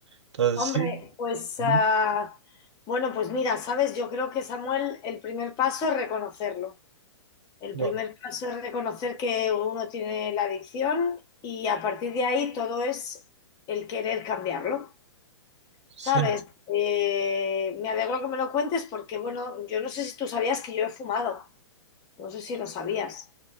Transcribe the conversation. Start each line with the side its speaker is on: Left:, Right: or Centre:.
Right: Entonces,
Left: Hombre,
Right: sí.
Left: pues
Right: ujú,
Left: ah, bueno, pues mira, sabes, yo creo que Samuel, el primer paso es reconocerlo. El
Right: No,
Left: primer paso es reconocer que uno tiene la adicción y a partir de ahí todo es el querer cambiarlo.
Right: sí.
Left: ¿Sabes? Eh, me alegro que me lo cuentes porque, bueno, yo no sé si tú sabías que yo he fumado. No sé si lo sabías.